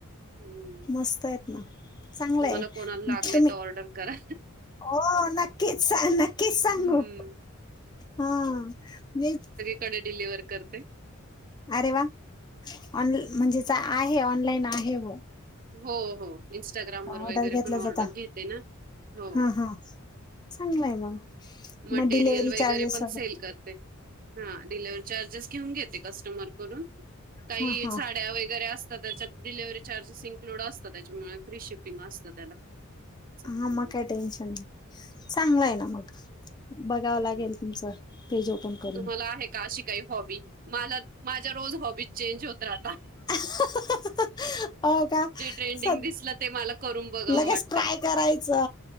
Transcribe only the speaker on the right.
हं.
तुम्हाला
कोणाला लागले
तर ऑर्डर करा.
हम्म.
कडे डिलिव्हर करते.
हो हो, इन्स्टाग्राम वर वगैरे
पण ऑर्डर
घेते ना. हो.
मटेरियल
वगैरे
पण सेल कर ते, हा डिलिवरी चार्जेस घेऊन घेते कस्टमरकडून. काही
साड्या वगैरे असतात, त्याच्यात डिलिव्हरी चार्जेसिंग लूड असत त्याच्यामुळे फ्री शिपिंग असतं त्याला. असं
काही नाही.
हं.
तुम्हाला आहे का अशी काय हॉबी? मला माझ्या रोज हॉबी चेंज होत राहतात.
जे ट्रेंडिंग
दिसलं ते मला करून बघावं
वाटतं.